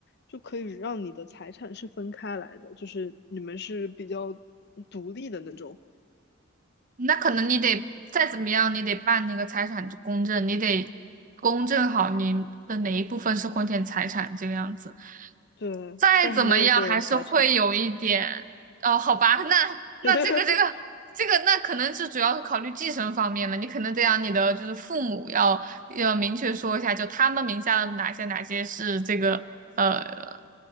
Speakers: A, on the left; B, on the right.
A: 就可以让你的财产是分开来的，就是你们是比较独立的那种，
B: 那可能你得再怎么样，你得办那个财产公证，你得公证好你的哪一部分是婚前财产这个样子。
A: 对，
B: 再怎么样，
A: 但是没有个人财产。
B: 还是会有一点，哦，好吧，那那这个这个
A: <laughs>
B: 这个，那可能是主要是考虑继承方面了。你可能得让你的就是父母要要明确说一下，就他们名下的哪些哪些是这个呃，